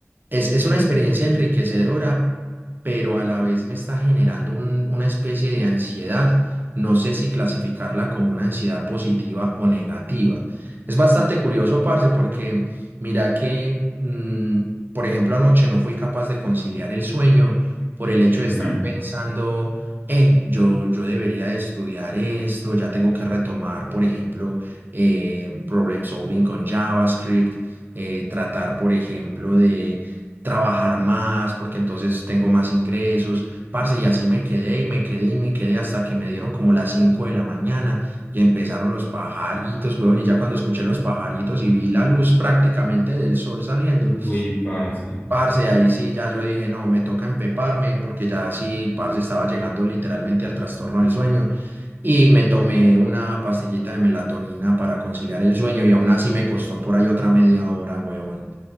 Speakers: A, on the right; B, on the left.
A: es, es una experiencia enriquecedora, pero a la vez me está generando un- una especie de ansiedad. No sé si clasificarla como una ansiedad positiva o negativa. Es bastante curioso, parce, porque mira que, mm, por ejemplo, anoche no fui capaz de conciliar el sueño por el hecho de
B: Ujú.
A: estar pensando, eh, yo, yo debería de estudiar esto, ya tengo que retomar, por ejemplo, eh, problem solving con JavaScript, eh, tratar, por ejemplo, de trabajar más, porque entonces tengo más ingresos, parce, y así me quedé y me quedé y me quedé hasta que me dieron como las 5 de la mañana y empezaron los pajaritos, huevón, y ya cuando escuché los pajaritos y vi la luz prácticamente del sol saliendo,
B: Uy, parce. Ay,
A: parce, ahí sí ya yo dije, no, me toca empeparme, porque ya sí, parce, estaba llegando literalmente al trastorno del sueño y me tomé una pastillita de melatonina para conciliar el sueño y aún así me costó por ahí otra media hora, huevón.